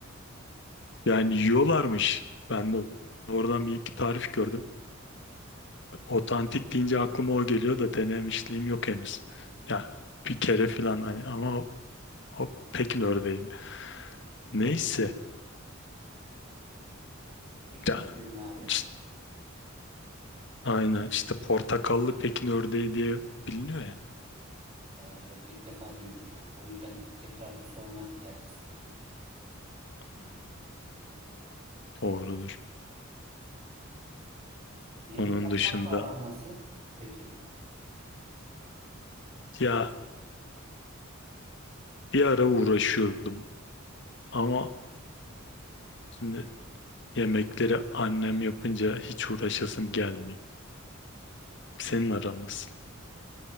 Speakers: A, on the left; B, on the right.
A: yani yiyorlarmış. Ben de oradan bir iki tarif gördüm. Otantik deyince aklıma o geliyor da denemişliğim yok henüz. Ya bir kere falan hani ama o, o Pekin ördeğiydi. Neyse.
B: Pekin. Pekin
A: Ya,
B: mi dedin abi?
A: işte- aynen işte portakallı Pekin ördeği diye biliniyor ya.
B: Ha, yok ilk defa duyuyorum ya. O yüzden tekrar bir sorma ihtiyacı hissettim.
A: Hmm, doğrudur.
B: Yemek
A: Onun
B: yapmakla
A: dışında
B: aran nasıl? Peki.
A: ya bir ara uğraşıyordum ama şimdi Yemekleri annem yapınca hiç uğraşasım gelmiyor. Senin aran nasıl?